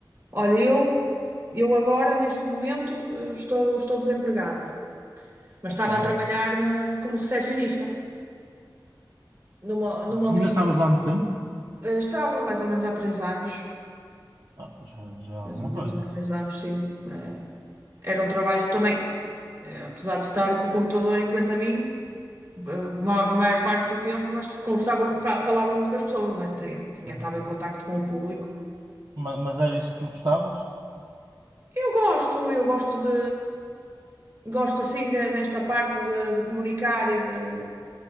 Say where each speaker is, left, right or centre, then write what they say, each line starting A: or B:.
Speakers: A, on the right; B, on the right.
A: Olha, eu, eu agora, neste momento, eh, estou, estou desempregada. mas
B: Ok.
A: estava a trabalhar na- como recepcionista numa, numa oficina.
B: Ainda estavas lá há muito tempo?
A: Eh, Estava mais ou menos há três anos,
B: Ah, já, já é alguma
A: mais ou menos
B: coisa.
A: há três anos, sim. Eh, Era um trabalho também, eh, apesar de estar com o computador em frente a mim, eh, ma- a maior parte do tempo, mas conversava, fa- falava muito com as pessoas, não é? Tinha, tinha-
B: Mas,
A: estava em contacto com o público.
B: ma- mas era isso que tu gostavas?
A: Eu gosto, eu gosto de. Gosto assim de- desta parte de, de comunicar e de,